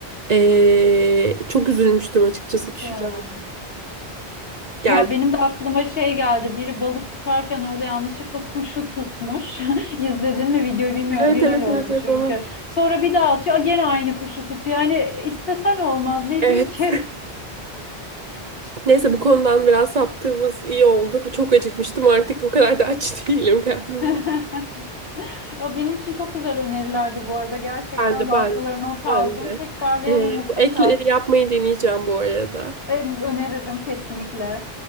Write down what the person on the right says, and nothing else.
Eee, çok üzülmüştüm açıkçası küçük
geldi.
Evet
evet
evet evet
onun
Evet.
Neyse bu konudan biraz saptığımız iyi oldu. Bu Çok acıkmıştım artık o kadar da aç <laughs> değilim galiba.
Ben de
ben
ben de.
Ee,
bu ekleri yapmayı deneyeceğim bu arada.